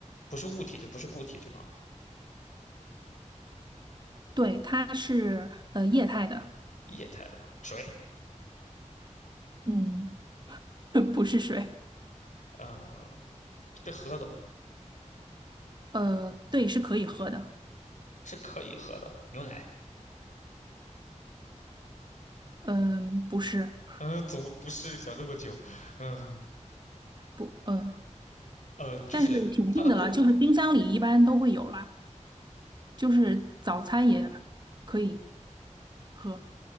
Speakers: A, on the left; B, on the right.
A: 不是物体就不是固体，对吗？
B: 对，它是呃液态的，
A: 液态的水，
B: 嗯，<laughs> 不是水，
A: 呃，是喝的吗？
B: 呃，对，是可以喝的，
A: 是可以喝的牛奶，
B: 嗯、不是，
A: 嗯，怎么不是想这么久？嗯，
B: 不，嗯、
A: 呃，就是它的功能，
B: 但是挺近的了，就是冰箱里一般都会有啦，就是早餐也可以喝，